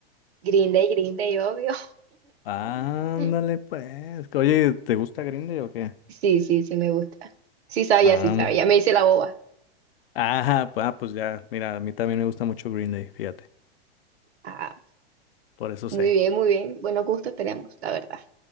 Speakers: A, on the right; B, on the left.
A: Green Day, Green Day, obvio.
B: Ándale,
A: <laughs>
B: pues. Oye, ¿te gusta Green Day o qué?
A: Sí, sí, sí, me gusta. Sí sabía,
B: Ah,
A: sí sabía.
B: bueno.
A: Me hice la boba.
B: Ajá, pues, ah, pues ya. Mira, a mí también me gusta mucho Green Day, fíjate.
A: Ah,
B: Por eso
A: muy
B: sé.
A: bien, muy bien. Buenos gustos tenemos, la verdad.